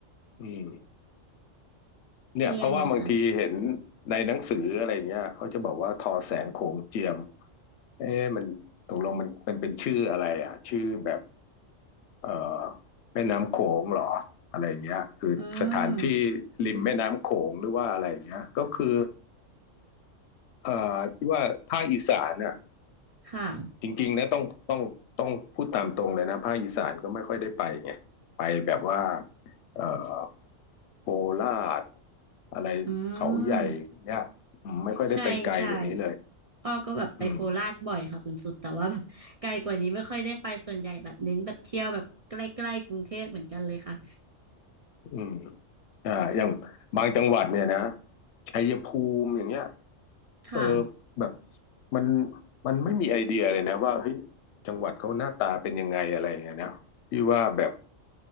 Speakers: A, on the left; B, on the right.
A: อืม เนี่ยเพราะว่าบางทีเห็น
B: คือยังไงคะ
A: ในหนังสืออะไรเงี้ยเขาจะบอกว่าทอแสงโขงเจียมเอ๊ะมันตกลงมันมันเป็นชื่ออะไรอ่ะชื่อแบบเอ่อแม่น้ำโขงเหรออะไรเงี้ยคือสถานที่ริมแม่น้ำโขงหรือว่าอะไรเงี้ยก็คือ
B: อืม
A: เอ่อที่ว่าภาคอีสานน่ะ
B: ค่ะ
A: จริงๆนะต้องต้องต้องพูดตามตรงเลยนะภาคอีสานก็ไม่ค่อยได้ไปไงไปแบบว่าเอ่อ โคราชอะไรเขาใหญ่เนี่ยอืมไม่ค่อยได้ไปไกลกว่านี้เลย
B: อืมใช่ใช่อ้อก็แบบไปโคราชบ่อยค่ะคุณสุดแต่ว่าแบบไกลกว่านี้ไม่ค่อยได้ไปส่วนใหญ่แบบเน้นแบบเที่ยวแบบใกล้ๆกรุงเทพเหมือนกันเลยค่ะ
A: อืมอืมอ่าอย่างบางจังหวัดเนี่ยนะชัยภูมิอย่างเงี้ย
B: ค่ะ
A: เออแบบมันมันไม่มีไอเดียเลยนะว่าเฮ้ยจังหวัดเขาหน้าตาเป็นยังไงอะไรอย่างเงี้ยนะพี่ว่าแบบ